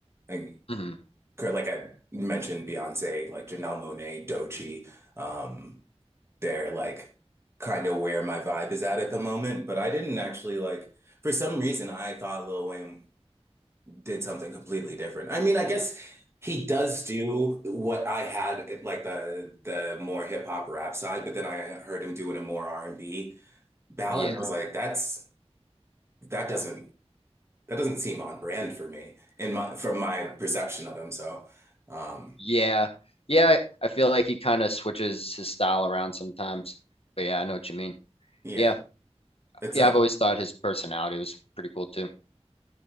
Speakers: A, on the right; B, on the left.
A: like,
B: hmm
A: like I mentioned Beyonce, like Janelle Monáe, Doechii, um they're like kind of where my vibe is at at the moment. But I didn't actually like, for some reason, I thought Lil Wayne did something completely different. I mean, I guess he does do what I had like the the more hip hop rap side, but then I heard him doing a more R&B ballad,
B: Yeah.
A: and I was like, that's that doesn't that doesn't seem on brand for me in my from my perception of him. So, um,
B: Yeah. Yeah, I feel like he kind of switches his style around sometimes. But yeah, I know what you mean.
A: yeah,
B: Yeah.
A: it's
B: Yeah,
A: a
B: I've always thought his personality was pretty cool too.